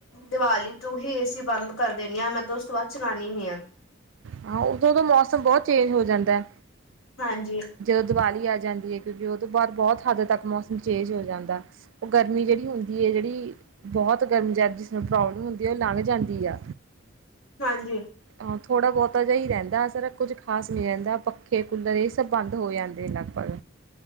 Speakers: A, on the left; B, on the right.
A: ਦੀਵਾਲੀ ਤੋਂ ਹੀ ਏਸੀ ਬੰਦ ਕਰ ਦੇਣੀ ਆ। ਮੈਂ ਤਾਂ ਉਸ ਤੋਂ ਬਾਅਦ ਚਲਾਣੀ ਹੀ ਨੀ ਹਾਂ।
B: ਹਾਂ। ਉਦੋਂਦੋਂ ਮੌਸਮ ਬੋਤ ਚੇਂਜ ਹੋ ਜਾਂਦਾ।
A: ਹਾਂਜੀ
B: ਜਦੋ ਦੀਵਾਲੀ ਆ ਜਾਂਦੀ ਹੈ। ਕਿਉਂਕਿ ਉਹ ਤੋ ਬਾਦ ਬੋਤ ਹੱਦ ਤੱਕ ਮੌਸਮ ਚੇਂਜ ਹੋ ਜਾਂਦਾ। ਉਹ ਗਰਮੀ ਜੇੜੀ ਹੁੰਦੀ ਹੈ। ਜੇੜੀ ਬੋਤ ਗਰਮੀ, ਜੱਦ ਜਿਸਨੂੰ ਪ੍ਰੋਬਲਮ ਹੁੰਦੀ ਏ ਉਹ ਲੰਘ ਜਾਂਦੀ ਏ।
A: ਹਾਂਜੀ
B: ਆਹ ਥੋੜਾ ਬੋਤਾ ਜਿਹਾ ਹੀ ਰੈਂਦਾ ਅਸਰ। ਕੁੱਝ ਖਾਸ ਨਹੀਂ ਰੈਂਦਾ। ਪੱਖੇ, ਕੂਲਰ, ਏ ਸੀ ਤੇ ਬੰਦ ਹੋ ਜਾਂਦੇ ਲਗਭਗ।